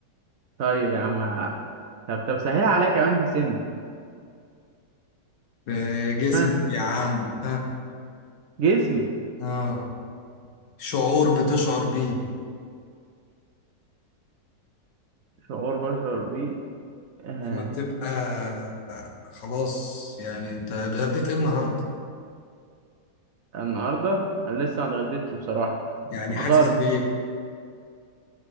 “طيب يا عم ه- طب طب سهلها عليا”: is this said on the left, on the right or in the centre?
Right